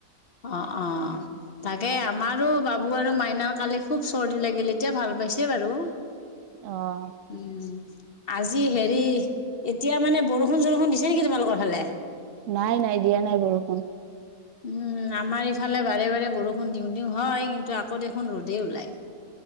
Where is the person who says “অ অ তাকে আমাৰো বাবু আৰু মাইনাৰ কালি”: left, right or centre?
Left